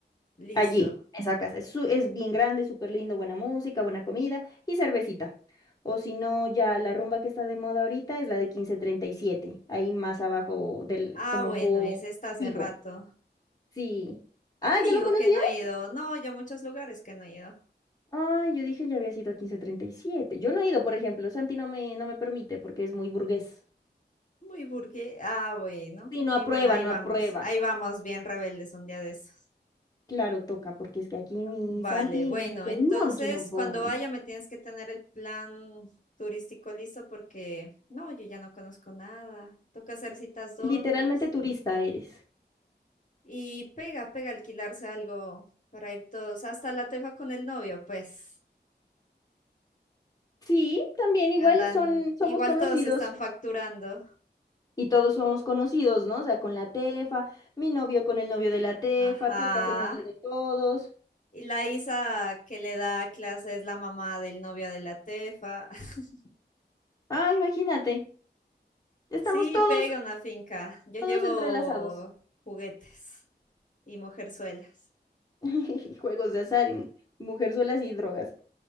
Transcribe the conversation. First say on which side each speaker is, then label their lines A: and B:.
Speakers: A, on the left; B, on the left.
A: listo.
B: Allí, esa casa. Es, su- es bien grande, súper lindo, buena música, buena comida y cervecita. O si no, ya la rumba que está de moda ahorita es la de quince treinta y siete ahí más abajo del,
A: Ah,
B: como
A: bueno,
B: por
A: ese está hace
B: Pigo.
A: rato.
B: Sí. Ah,
A: A Figo
B: ¿ya lo conocía?
A: que no he ido. No, yo a muchos lugares que no he ido.
B: Ay, yo dije ya había sido a quince treinta y siete Yo no he ido, por ejemplo. Santi no me, no me permite porque es muy burgués.
A: Muy burgués. Ah, bueno,
B: Sí,
A: ok,
B: no aprueba,
A: bueno, ahí
B: no
A: vamos.
B: aprueba.
A: Ahí vamos, bien rebeldes un día de estos.
B: Claro, toca, porque es que aquí mi
A: Vale,
B: Santi
A: bueno,
B: dice,
A: entonces
B: no, yo no voy.
A: cuando vaya me tienes que tener el plan turístico listo porque no, yo ya no conozco nada. Toca hacer citas dobles.
B: Literalmente turista eres.
A: Y pega, pega alquilarse algo para ir todos, hasta la tefa con el novio, pues,
B: Sí, también igual
A: que andan,
B: son, somos
A: igual
B: conocidos
A: todos están facturando.
B: y todos somos conocidos, ¿no? O sea, con la Tefa, mi novio con el novio de la Tefa,
A: Ajá.
B: tú estás en medio de todos.
A: Y la Isa que le da clase es la mamá del novio de la tefa. <laughs>
B: Ah, imagínate, estamos
A: Sí,
B: todos,
A: pega una finca. Yo
B: todos
A: llevo
B: entrelazados.
A: juguetes y mujerzuelas.
B: <laughs> Juegos de azar y mujerzuelas y drogas.